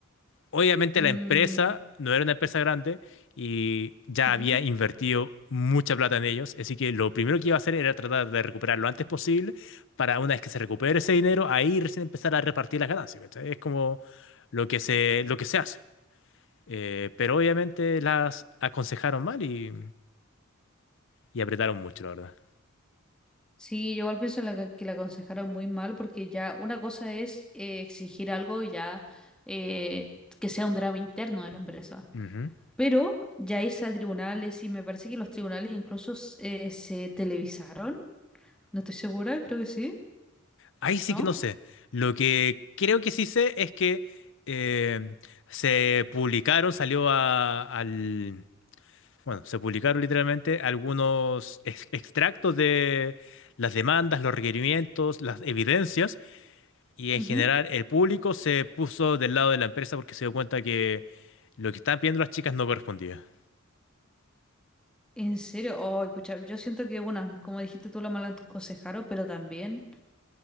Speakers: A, on the left (about 60°); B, in the centre.
A: obviamente
B: Mm,
A: la empresa no era una empresa grande y ya
B: ujú.
A: había invertido mucha plata en ellos, así que lo primero que iba a hacer era tratar de recuperar lo antes posible para una vez que se recupere ese dinero, ahí recién empezar a repartir las ganancias, ¿cachai? Es como lo que se, lo que se hace. Eh, pero obviamente las aconsejaron mal y, y apretaron mucho, la verdad.
B: Sí, yo igual pienso en la que, que la aconsejaron muy mal porque ya una cosa es eh, exigir algo y ya eh, que sea un drama interno de la empresa.
A: Ujú.
B: Pero ya irse a tribunales y me parece que los tribunales incluso s- eh, se televisaron. No estoy segura, creo que sí,
A: Ahí sí
B: ¿no?
A: que no sé. Lo que creo que sí sé es que eh, se publicaron, salió a- al, Bueno, se publicaron literalmente algunos ex- extractos de las demandas, los requerimientos, las evidencias, y en
B: Ujú.
A: general el público se puso del lado de la empresa porque se dio cuenta que lo que estaban pidiendo las chicas no correspondía.
B: En serio, ay, pucha, yo siento que, bueno, como dijiste tú, la mala aconsejaron, pero también